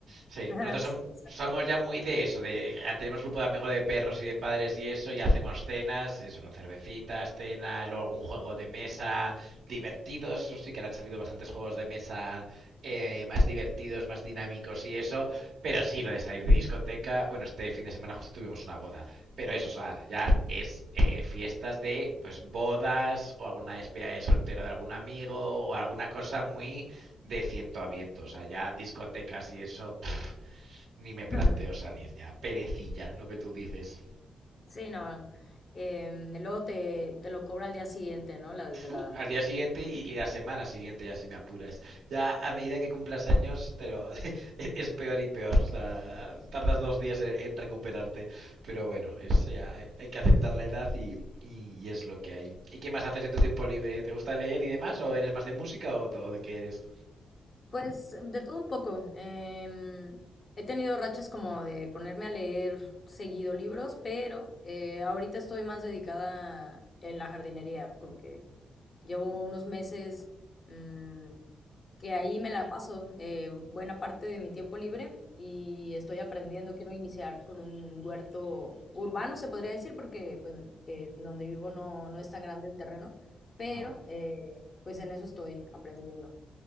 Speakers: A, on the right; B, on the left.
A: Sí,
B: <laughs>
A: nosotros som-
B: Sí, exacto.
A: somos ya muy de eso, de ah, tenemos grupo de amigos de perros y de padres y eso, y hacemos cenas, eso, con cervecitas, cena, luego algún juego de mesa divertidos, eso sí que ahora han salido bastantes juegos de mesa eh, más divertidos, más dinámicos y eso, pero sí, lo de salir de discoteca, bueno, este fin de semana justo tuvimos una boda, pero eso, o sea, ya es eh, fiestas de, pues, bodas o alguna despedida de soltero de algún amigo o alguna cosa muy de ciento a viento, o sea, ya discotecas y eso ni me
B: <laughs>
A: planteo salir ya. Perecilla, lo que tú dices.
B: Sí, no. em, luego te, te lo cobra al día siguiente, ¿no? La desvelada.
A: Uh, al día siguiente y, y, la semana siguiente, ya si me apuras. Ya a medida que cumplas años, te lo, <laughs> es peor y peor. O sea, tardas dos días en, en, recuperarte. Pero bueno, es, ya, hay que aceptar la edad y, y, y, es lo que hay. ¿Y qué más haces en tu tiempo libre? ¿Te gusta leer y demás? ¿O eres más de música o, o de qué eres?
B: Pues de todo un poco. Em, he tenido rachas como de ponerme a leer seguido libros, pero eh, ahorita estoy más dedicada en la jardinería, como que llevo unos meses mm, que ahí me la paso eh, buena parte de mi tiempo libre y estoy aprendiendo, quiero iniciar con un huerto urbano, se podría decir, porque pues, eh, donde vivo no, no es tan grande el terreno, pero
A: Ah,
B: eh, pues en eso estoy aprendiendo.